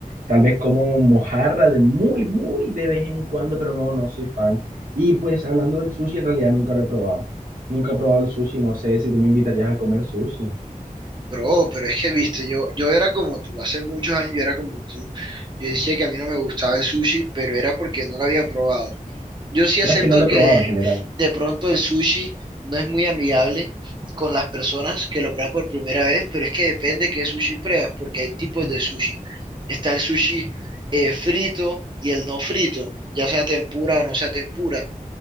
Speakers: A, on the right; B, on the right.
A: Tal vez como mojarra de muy, muy de vez en cuando, pero no, no soy fan. Y pues hablando del sushi, en realidad nunca lo he probado. Nunca he probado el sushi, no sé si tú me invitarías a comer sushi.
B: Bro, pero es que, viste, yo, yo era como tú, hace muchos años yo era como tú. Yo decía que a mí no me gustaba el sushi, pero era porque no lo había probado. Yo sí acepto
A: No, es que no lo he
B: que
A: probado en general.
B: de pronto el sushi no es muy amigable con las personas que lo prueban por primera vez, pero es que depende qué sushi pruebas, porque hay tipos de sushi. Está el sushi eh, frito y el no frito, ya sea tempura o no sea tempura.